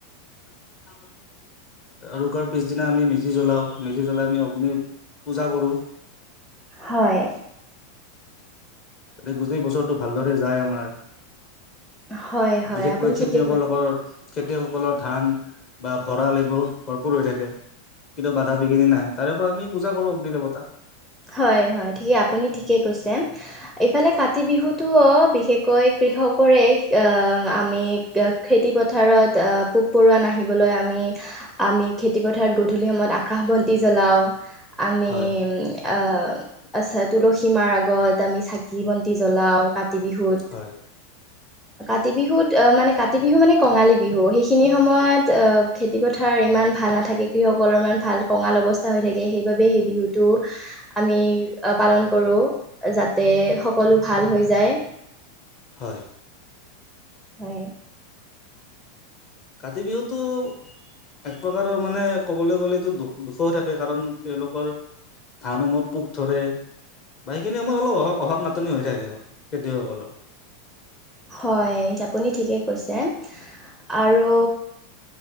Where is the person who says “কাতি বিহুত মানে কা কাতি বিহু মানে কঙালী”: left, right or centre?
Centre